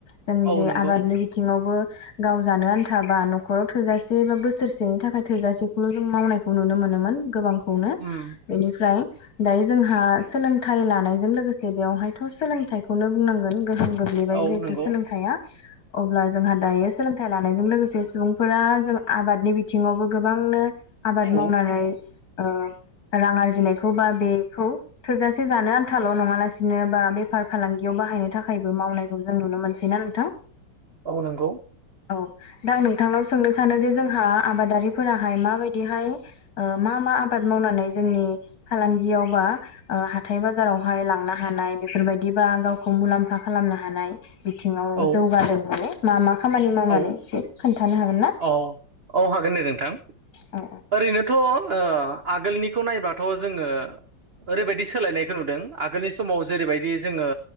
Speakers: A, on the left; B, on the right.
A: जों
B: औ
A: जे
B: नंगौ
A: आबादनि बिथिङावबो गाव जानो आन्थाबा न'खराव थोजासे बा बोसोरसेनि थाखाय थोजासेखौल' जों मावनाय खौ नुनो मोनोमोन गोबांखौनो
B: उम
A: बेनिफ्राय दायो जोंहा सोलोंथाइ लानायजों लोगोसे बेवहायथ' सोलोंथाइखौनो बुंनांगोन गोहोम गोग्लैबाय
B: औ
A: जिहेथु
B: नंगौ
A: सोलोंथाया अब्ला जोंहा दायो सोलोंथाइ लानायजों लोगोसे सुबुंफोरा जों आबादनि बिथिङावबो गोबांनो आबाद
B: औ
A: मावनानै ओ रां आरजिनायखौ बा बेखौ थोजासे जानो आन्थाल' नङालासिनो बा बेफार फालांगियाव बाहायनो थाखाय बो मावनायखौ जों नुनो मोनसैना नोंथां
B: औ नोंगौ
A: औ दा आं नोंथांनाव सोंनो सानो जे जोंहा आबादारिफोराहाय माबायदिहाय ओ मा मा आबाद मावनानै जोंनि फालांगियावबा हाथाय बाजारावहाय लांनो हानाय बेफोरबायदिबा गावखौ मुलाम्फा खालामनो हानाय। बिथिंङाव
B: औ
A: जौगादों माने मा मा खामानि मावनानै
B: औ
A: एसे खोन्थानो हागोन ना
B: औ औ हागोन दे नोंथां
A: औ औ
B: ओरैनोथ' ओ आगोलनिखौ नायबाथ' जोंङो ओरैबायदि सोलायनायखौ नुदों। आगोलनि समाव जेरैबायदि जोंङो